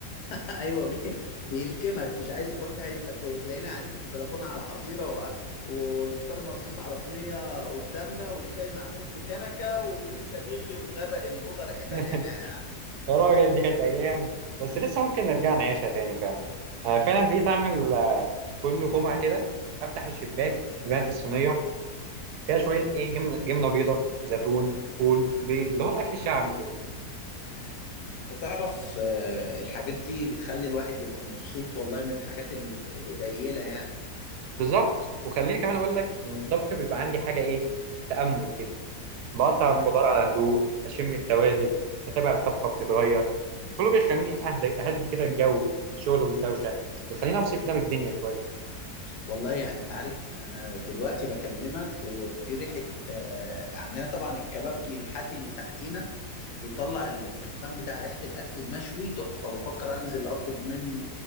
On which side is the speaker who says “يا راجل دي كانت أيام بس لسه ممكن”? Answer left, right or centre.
Right